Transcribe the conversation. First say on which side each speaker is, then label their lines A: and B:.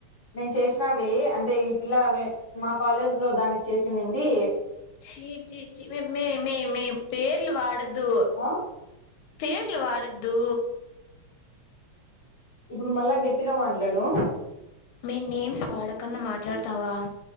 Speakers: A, on the left; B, on the left.
A: నేను చేసినావి అంటే ఈ పిల్ల అవి మా కాలేజ్ లో దానికి చే సినింది
B: ఛి ఛి ఛి మె మె మె మె పేర్లు వాడొ ద్దు
A: ఆ
B: పేర్లు వాడొద్దు
A: ఇప్పుడు మళ్ళా గట్టిగా మాట్లాడు
B: మే నేమ్స్ వాడకన్నా మాట్లాడతావా